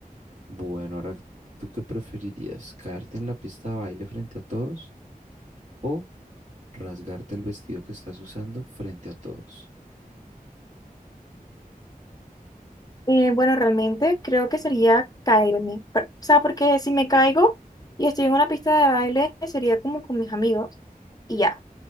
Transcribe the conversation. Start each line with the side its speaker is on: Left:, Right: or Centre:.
Right: Bueno, ahora, ¿tú qué preferirías? ¿Caerte en la pista de baile frente a todos o rasgarte el vestido que estás usando frente a todos?
Left: Eh, bueno, realmente creo que sería caerme, per- o sea, porque si me caigo y estoy en una pista de baile, sería como con mis amigos y ya.